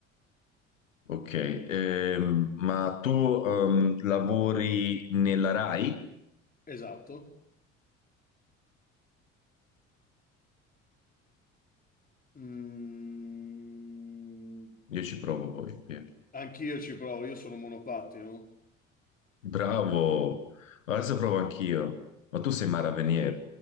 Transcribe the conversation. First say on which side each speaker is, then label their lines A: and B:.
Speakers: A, on the left; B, on the left.
A: ok, Ehm, ma tu ehm, lavori nella Rai?
B: Esatto. Mm,
A: Io ci provo poi. via.
B: anch'io ci provo, io sono monopattino.
A: Bravo, adesso provo anch'io. Ma tu sei Mara Venier.